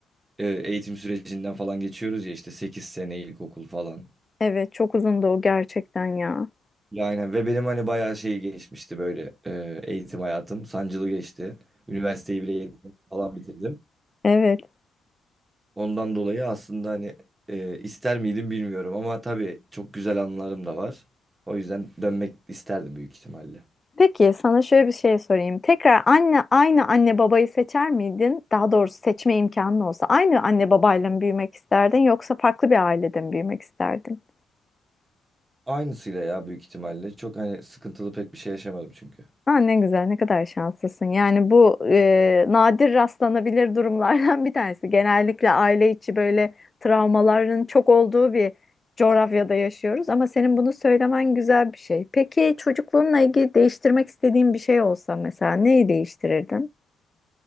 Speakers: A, on the right (about 20°); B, on the left (about 20°).
A: e, eğitim sürecinden falan geçiyoruz ya işte 8 sene ilkokul falan.
B: evet çok uzundu o gerçekten ya.
A: Yani ve benim hani bayağı şey geçmişti böyle e, eğitim hayatım sancılı geçti. Üniversiteyi bile yedi sene falan bitirdim.
B: Evet.
A: Ondan dolayı aslında hani e, ister miydim bilmiyorum ama tabii çok güzel anılarım da var. O yüzden dönmek isterdim büyük ihtimalle.
B: Peki sana şöyle bir şey sorayım. Tekrar anne aynı anne babayı seçer miydin? Daha doğrusu seçme imkanın olsa aynı anne babayla mı büyümek isterdin yoksa farklı bir ailede mi büyümek isterdin?
A: Aynısıyla ya büyük ihtimalle. Çok hani sıkıntılı pek bir şey yaşamadım çünkü.
B: Aa, ne güzel, ne kadar şanslısın. Yani bu e, nadir rastlanabilir durumlardan bir tanesi. Genellikle aile içi böyle travmaların çok olduğu bir coğrafyada yaşıyoruz. Ama senin bunu söylemen güzel bir şey. Peki çocukluğunla ilgili değiştirmek istediğin bir şey olsa mesela neyi değiştirirdin?